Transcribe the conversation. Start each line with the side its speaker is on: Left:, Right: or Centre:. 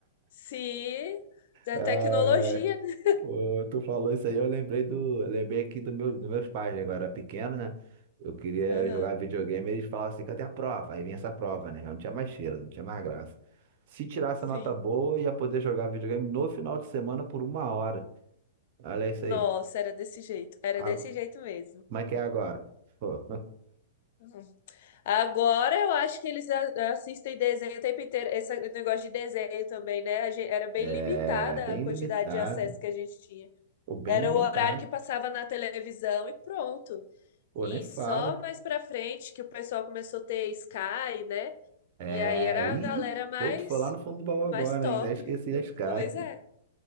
Left: Sim, da
Right: Ah,
Left: tecnologia. né?
Right: Pô, tu falou isso aí, eu lembrei do, eu lembrei aqui do meu, dos meus pais, né? Quando eu era pequeno, né? Eu queria
Left: Aham,
Right: jogar videogame, eles falavam assim, cadê a prova? Aí vinha essa prova, né? Eu não tinha mais cheiro, não tinha mais graça. Se tirasse
Left: sim.
Right: a nota boa, ia poder jogar videogame no final de semana por uma hora. Olha isso
Left: Nossa,
Right: aí.
Left: era desse jeito. Era
Right: A-
Left: desse jeito mesmo.
Right: como é que é agora? <laughs> Pô,
Left: Uhum. Agora eu acho que eles a- assistem desenho o tempo inteiro. Esse negócio de desenho também, né? A gente, era bem
Right: é
Left: limitada
Right: bem
Left: a quantidade
Right: limitado.
Left: de acesso que a gente tinha.
Right: Pô, bem
Left: Era
Right: limitado.
Left: o horário que passava na televisão e pronto.
Right: Pô,
Left: E
Right: nem fala.
Left: só mais pra frente que o pessoal começou a ter Sky, né?
Right: É,
Left: E aí era
Right: e,
Left: a galera mais,
Right: pô, tu foi lá no fundo do baú
Left: mais
Right: agora,
Left: top.
Right: hein? Já esqueci as caras.
Left: Pois é.